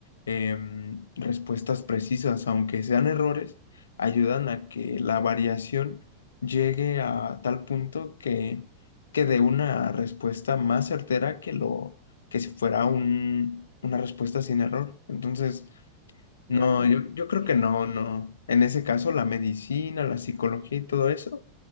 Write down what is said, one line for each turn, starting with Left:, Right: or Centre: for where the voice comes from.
Left: em, respuestas precisas, aunque sean errores, ayudan a que la variación llegue a tal punto que, que dé una respuesta más certera que lo que si fuera un- una respuesta sin error. Entonces,
Right: Claro,
Left: no, yo, yo creo
Right: sí,
Left: que
Right: exactamente.
Left: no, no. En ese caso, la medicina, la psicología y todo eso,